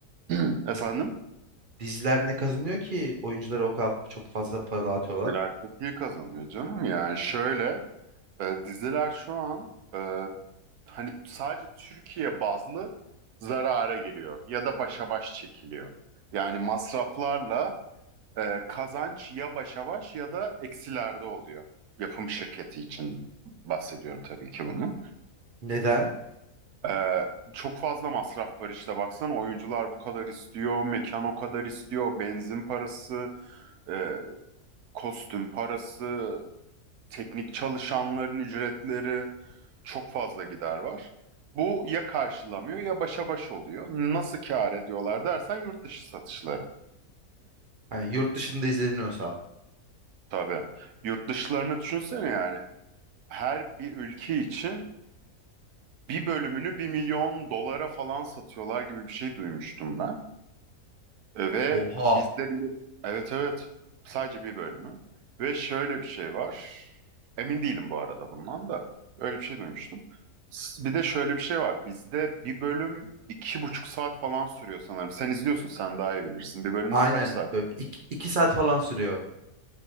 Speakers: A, on the right (about 80°); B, on the right (about 55°).
A: <clears throat> Efendim?
B: Diz- Diziler ne kazanıyor ki oyunculara o kadar çok fazla para dağıtıyorlar?
A: Birer çok iyi kazanıyor canım. Yani şöyle E, diziler şu an e, hani sadece Türkiye bazlı zarara giriyor ya da başa baş çekiliyor. Yani masraflarla e, kazanç ya başa baş ya da eksilerde oluyor. Yapım şirketi için bahsediyorum tabii ki bunu.
B: Neden?
A: E, çok fazla masraf var işte baksana oyuncular bu kadar istiyor, mekan o kadar istiyor, benzin parası, e, kostüm parası, teknik çalışanların ücretleri çok fazla gider var. Bu ya karşılamıyor ya başa baş oluyor. Nasıl kâr ediyorlar dersen yurt dışı satışları.
B: Yani yurt dışında izleniyorsa.
A: Tabii. Yurt dışlarını düşünsene yani. Her bir ülke için bir bölümünü bir milyon dolara falan satıyorlar gibi bir şey duymuştum ben. E, Ve
B: Oha.
A: bizde bir evet evet sadece bir bölümü ve şöyle bir şey var emin değilim bu arada bundan da öyle bir şey duymuştum. S- Bir de şöyle bir şey var bizde bir bölüm iki buçuk saat falan sürüyor sanırım sen izliyorsun sen daha iyi bilirsin bir bölüm
B: Aynen.
A: kaç saat?
B: Böyle iki, iki saat falan sürüyor.